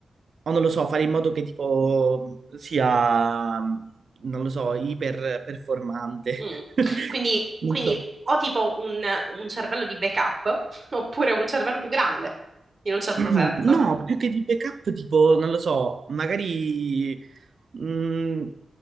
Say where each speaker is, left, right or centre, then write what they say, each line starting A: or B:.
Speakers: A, on the right (about 55°); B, on the right (about 30°).
A: O non lo so, fare in modo che tipo sia, non lo so, iper performante.
B: mm.
A: <laughs>
B: Quindi,
A: Non
B: quindi
A: so.
B: o tipo un, un cervello di backup, <laughs> oppure un cervello più grande, in un certo
A: <clears throat>
B: senso.
A: No, più che di backup, tipo, non lo so, magari, mm,